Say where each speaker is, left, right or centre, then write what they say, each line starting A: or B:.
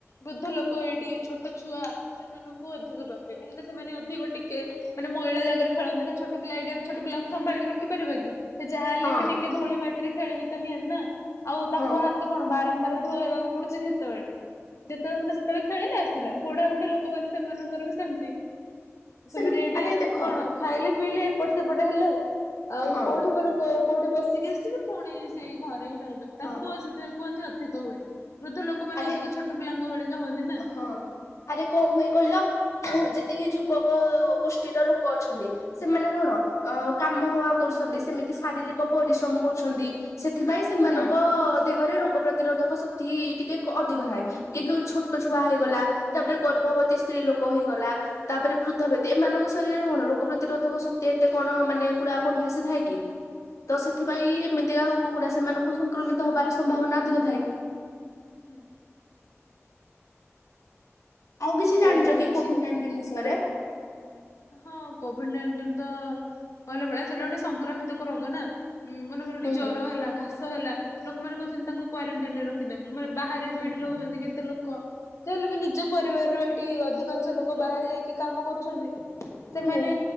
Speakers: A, on the left (about 70°); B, on the left (about 85°).
A: ବୃଦ୍ଧ ଲୋକ ଏଇଠି ଛୋଟ ଛୁଆ। ସେମାନଙ୍କୁ ଅଧିକ ବ୍ୟାପେ କାହିଁକି ନା ସେମାନେ ଅଧିକ ଟି। କେ ମାନେ ମଇଳା ଜାଗାରେ ଖେଳନ୍ତି ନା ଛୋଟ ପିଲ ଏଇଠି ଆମେ ଛୋଟ ପିଲାଙ୍କୁ ସମ୍ଭାଳିକି ରଖି ପାରିବା କି। ସେ ଯାହା ହେଲେ
B: ହଁ
A: ବି ଟିକେ ଧୂଳି ମ ମାଟି ରେ ଖେଳିବି ତ ନିହାତି ନା। ଆଉ ତାଙ୍କ
B: ହଁ
A: ହାତ କଣ ବାରମ୍ବାର ଧୁଆଇବାକୁ ପଡୁଛି କି ସେତେ ବେଳେ। ଯେତେ ବେଳେ ମାନେ ସେତେବେଳେ ଖେଳିଲା ଆସିଲା ବୁଢା ବୁଢୀ ଲୋକମାନେ ସେମାନଙ୍କର ବି ସେମିତି। ସେମାନେ
B: ସେ
A: ଏଇଠି
B: ଆରେ ଦେଖ
A: କଣ ଖାଇଲେ ପିଇଲେ ଏପଟେ ସେପଟ ହେଲେ ଆଉ
B: ହଁ
A: କୋଉଠି ମାନେ କ କୋଉଠି ବସିକି ଆସିବେ ପୁଣି ସେଇ ଘରେ ହିଁ ରହିବେ ତାଙ୍କୁ
B: ହଁ
A: ଆଉ ସେଥିପାଇଁ କୁହନ୍ତି ଅଧିକ ହୁଏ ବୃଦ୍ଧ ଲୋକ। ଲୋକ ମାନେ
B: ଆରେ
A: ଅଧିକ ଛୋଟ ପିଲାଙ୍କ ଭଳିିକା ହୁଅନ୍ତି ନା।
B: ହଁ ଆରେ କଣ ହୁଏ କହିଲ ଯେତିକି ଯୁବକ ଗୋଷ୍ଠୀର ଲୋକ ଅଛନ୍ତି। ସେମାନେ କଣ
A: ହଁ।
B: ଅ କାମ ହକା କରୁଛନ୍ତି ସେମିତି ଶାରୀରିକ ପରିଶ୍ରମ କରୁଛନ୍ତି। ସେଥିପାଇଁ ସେମାନଙ୍କ
A: ହଁ
B: ଦେହରେ ରୋଗ ପ୍ରତିରୋଧକ ଶକ୍ତି ଟିକେ କ ଅଧିକ ଥାଏ। କିନ୍ତୁ ଛୋଟ ଛୁଆ ହେଇଗଲା ତାପରେ ଗର୍ଭବତୀ ସ୍ତ୍ରୀ ଲୋକ ହେଇଗଲା। ତାପରେ ବୃଦ୍ଧ ବ୍ୟକ୍ତି ଏମାନଙ୍କ ଶରୀରରେ କଣ ରୋଗ ପ୍ରତିରୋଧକ ଶକ୍ତି ଏତେ କଣ ମାନେ ପୁରା ବଢିଆ ସେ ଥାଏକି। ତ ସେଥିପାଇଁ ଏମିତିକା ରୋଗ ଗୁଡା ସେମାନଙ୍କୁ ସଂକ୍ରମିତ ହବାର ସମ୍ଭାବନା ଅଧିକ ଥାଏ।
A: ହୁଁ।
B: ଆଉ କିଛି
A: ହୁଁ
B: ଜାଣିଛ
A: କହୁଛନ୍ତି ଏଠି
B: କି କୋଭିଡ
A: ଛି
B: ନାଇଣ୍ଟିନ ବିଷୟରେ।
A: ହଁ କୋଭିଡ ନାଇଣ୍ଟିନ ତ କହିଲା ବେଳେ ସେଇଟା ଗୋଟେ ସଂକ୍ରମିତକ ରୋଗ ନା। ହୁଁ ମନେ କର ଏଠି
B: ହୁଁ
A: ଜ୍ୱର ହେଲା କାଶ ହେଲା ଲୋକମାନେ କହିଛନ୍ତି ତାଙ୍କୁ କ୍ୱାରେଣ୍ଟାଇନ ରେ ରଖ। ଖିବେ ମାନେ ବାହାରେ
B: ହୁଁ
A: ବି ଏଠି ରହୁଛନ୍ତି କେତେ ଲୋକ ଯାହା ହେଲେ ବି ନିଜ ପରିବାରର ଏଇଠି ଅଧିକାଂଶ ଲୋକ। ଲୋକ ବାହାରି ଯାଇକି କାମ କରୁଛନ୍ତି। ସେମାନେ
B: ହୁଁ